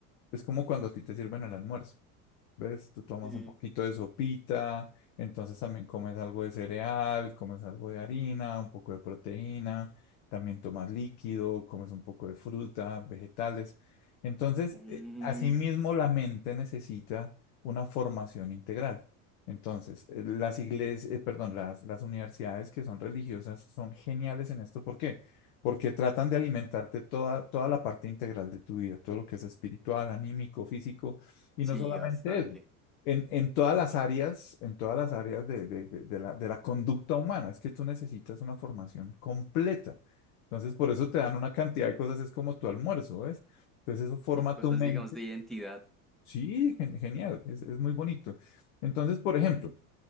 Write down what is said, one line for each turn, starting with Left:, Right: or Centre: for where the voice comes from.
Left: Es como cuando a ti te sirven el almuerzo. ¿Ves? Tú tomas
Centre: Sí.
Left: un poquito de sopita, entonces también comes algo de cereal, comes algo de harina, un poco de proteína, también tomas líquido, comes un poco de fruta, vegetales. Entonces,
Centre: Mm,
Left: eh, asimismo, la mente necesita una formación integral. Entonces, eh, las iglesias, eh, perdón, las, las universidades que son religiosas son geniales en esto. ¿Por qué? Porque tratan de alimentarte toda, toda la parte integral de tu vida, todo lo que es espiritual, anímico, físico y
Centre: sí,
Left: no solamente
Centre: bastante.
Left: eso, en, en todas las áreas, en todas las áreas de, de- de- de la, de la conducta humana, es que tú necesitas una formación completa. Entonces, por eso te dan una cantidad de cosas, es como tu almuerzo, ¿ves? Entonces, eso forma
Centre: Sí, cosas,
Left: tu mente.
Centre: digamos, de identidad.
Left: Sí, gen- genial, es, es muy bonito. Entonces, por ejemplo,